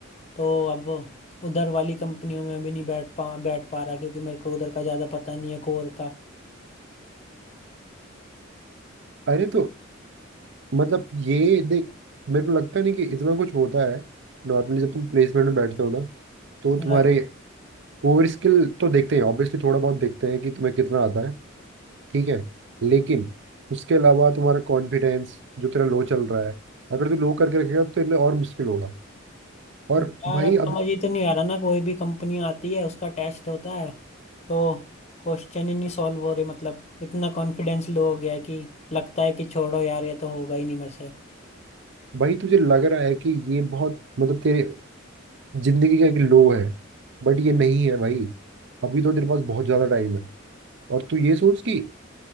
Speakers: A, on the left; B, on the right.
A: तो अब उधर वाली कंपनियों में भी नहीं बैठ पा बैठ पा रहा क्योंकि मेरे को उधर का ज़्यादा पता नहीं है कोर का
B: अरे तो मतलब ये देख मेरे को लगता नहीं कि इतना कुछ होता है नॉर्मली जब तुम प्लेसमेंट में बैठते हो ना तो तुम्हारे
A: हाँ
B: कोर स्किल तो देखते हैं ऑब्वियसली थोड़ा बहुत देखते हैं कि तुम्हें कितना आता है ठीक है लेकिन उसके अलावा तुम्हारा कॉन्फिडेंस जो तेरा लो चल रहा है अगर तू लो करके रखेगा तो तेरे लिए और मुश्किल होगा और
A: यार
B: भाई
A: अब
B: अभी
A: समझ ही तो नहीं आ रहा ना कोई भी कंपनी आती है उसका टेस्ट होता है तो क्वेश्चन ही नहीं सॉल्व हो रहे मतलब इतना कॉन्फिडेंस लो हो गया है कि लगता है कि छोड़ो यार ये तो होगा ही नहीं मेरे से
B: भाई तुझे लग रहा है कि ये बहुत मतलब तेरे जिंदगी का एक लो है बट ये नहीं है भाई अभी तो तेरे पास बहुत ज्यादा टाइम है और तू ये सोच कि